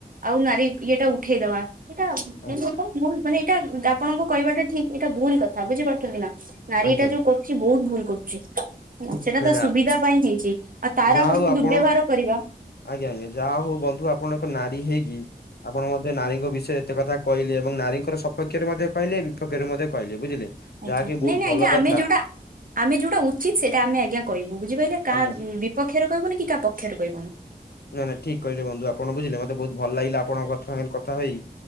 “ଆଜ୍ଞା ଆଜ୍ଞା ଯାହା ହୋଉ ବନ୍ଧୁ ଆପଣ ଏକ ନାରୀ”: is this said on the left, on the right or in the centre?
Left